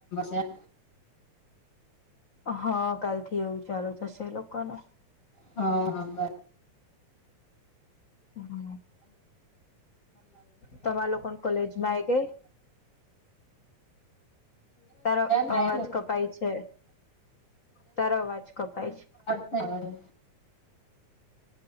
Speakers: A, on the left; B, on the left.
A: <unintelligible>
B: હા કાલથી એવું ચાલુ થશે લોકોને
A: હા હા બ <unintelligible>
B: હમ તમા લોકો કોલેજમાં આવી ગયા. તારો
A: હા
B: અવાજ
A: બરાબર.
B: કપાય છે તારો અવાજ કપાય છે.
A: હડ <unintelligible>